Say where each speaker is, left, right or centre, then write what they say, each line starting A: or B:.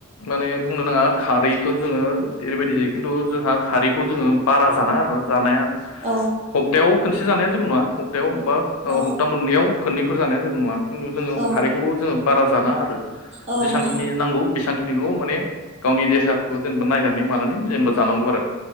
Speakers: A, on the left; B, on the right.
A: माने बुंनो नाङा खारैखो जोङो ओरैबायदि जायो खिन्थु जोंहा खारैखौ जोङो बारा जानाङा आरोना जानाया
B: औ।
A: प्तायाव खसे जानाया जेबो नङा हप्तायाव बा
B: औ
A: ओ हप्ता मोननैयाव खोननैफोर जानाया जेबो नङा। खुनु जोङो
B: औ
A: खारैखौबो जोङो बारा जानाङा आरो
B: औ
A: जेसांखि
B: नोंथां
A: गौ बेसांखिनिल' माने गावनि देहाखौ जेनेबा नायनानै मानानै जेनबा जानांगौ आरो।